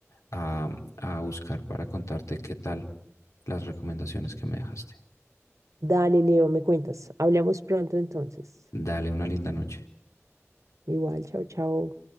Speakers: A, on the left (about 85°); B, on the right (about 80°).
A: a, a buscar para contarte qué tal las recomendaciones que me dejaste.
B: Dale, Leo, me cuentas. Hablamos pronto entonces.
A: Dale una linda noche.
B: Igual, chao, chao.